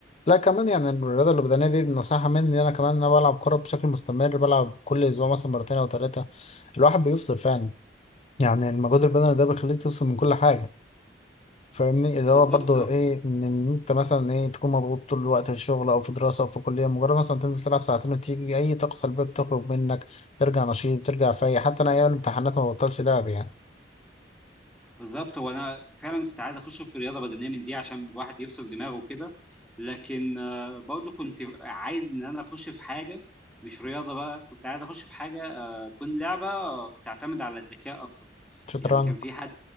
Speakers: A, on the left; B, in the centre.
A: لا كمان يعني الرياضة البدنية دي نصيحة مني أنا كمان أنا بلعب كورة بشكل مستمر بلعب كل أسبوع مثلا مرتين أو ثلاثة الواحد بيفصل فعلا يعني المجهود البدني ده بيخليك تفصل من كل حاجة فاهمني اللي
B: بالظبط
A: هو برضو إيه إن إن أنت مثلا إيه تكون مضغوط طول الوقت في الشغل أو في دراسة أو في كلية مجرد مثلا تنزل تلعب ساعتين وتيجي أي طاقة سلبية بتخرج منك ترجع نشيط ترجع فايق حتى أنا أيام الامتحانات ما ببطلش لعب يعني
B: بالظبط وانا فعلا كنت عايز اخش في رياضه بدنيه من دي عشان الواحد يفصل دماغه وكده لكن آه، برضه كنت عايز ان انا اخش في حاجه مش رياضه بقى كنت عايز اخش في حاجه آه، تكون لعبه بتعتمد على الذكاء اكتر
A: شطرنج
B: يعني كان في حد